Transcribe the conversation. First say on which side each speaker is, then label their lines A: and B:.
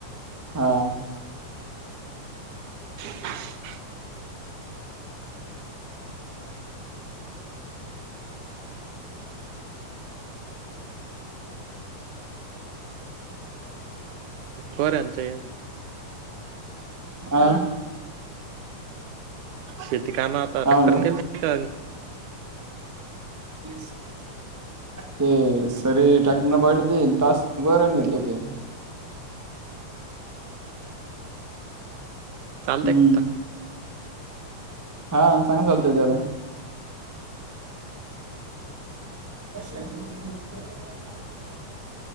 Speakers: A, on the right; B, on the right.
A: हा.
B: <unintelligible> बरच.
A: आा
B: शेती का ना आताक्टर
A: काय म्हणलं
B: का?
A: ये. ते सरी टाकना पाड देईन तास बर घेतलं ते
B: चालतंय
A: हम्म.
B: का
A: हां सांग चालत ते आहे.